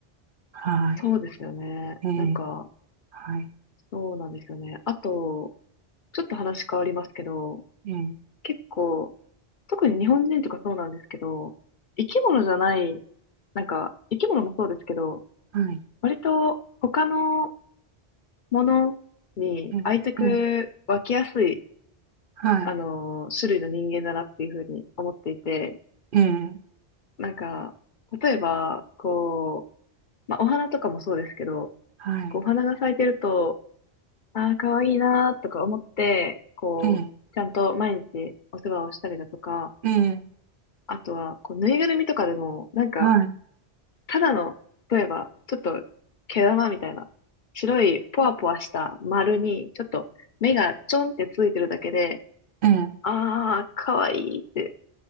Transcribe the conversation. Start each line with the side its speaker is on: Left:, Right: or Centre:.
Right: はい。
Left: そうですよね。
Right: えー、
Left: なんか、
Right: はい。
Left: そうなんですよね。あと、ちょっと話変わりますけど、
Right: えー、
Left: 結構、特に日本人とかそうなんですけど、生き物じゃない、なんか、生き物もそうですけど、
Right: はい。
Left: 割と他のものに愛着湧きやすい、
Right: えー、えーはい。
Left: あの、種類の人間だなっていうふうに思っていて、
Right: えー、
Left: なんか、例えば、こう、まあ、お花とかもそうですけど、
Right: はい。
Left: こう、お花が咲いてると、ああ、可愛いいなーとか思って、こう、
Right: えー、
Left: ちゃんと毎日お世話をしたりだとか、
Right: えー
Left: あとは、こう、ぬいぐるみとかでも、なんか、
Right: はい。
Left: ただの、例えば、ちょっと、毛玉みたいな、白い、ポワポワした丸に、ちょっと、目がちょんってついてるだけで、
Right: えー、
Left: ああ、可愛いいって